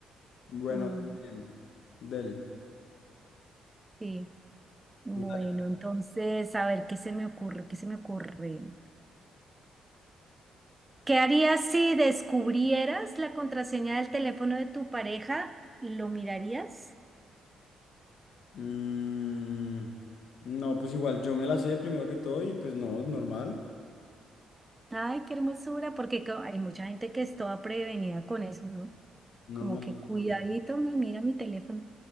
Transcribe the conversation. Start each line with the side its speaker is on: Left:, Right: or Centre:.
Left: Bueno,
Right: mm,
Left: bien. Deli.
Right: sí. Bueno,
Left: Dale,
Right: entonces, a ver, ¿qué se me ocurre? ¿Qué se me ocurre? ¿Qué harías si descubrieras la contraseña del teléfono de tu pareja? ¿Lo mirarías?
Left: Mm, no, pues igual yo me la sé primero que todo y pues no, normal.
Right: Ay, qué hermosura, porque co- hay mucha gente que es toda prevenida con eso, ¿no?
Left: Normal,
Right: Como que
Left: normal.
Right: cuidadito, me mira mi teléfono.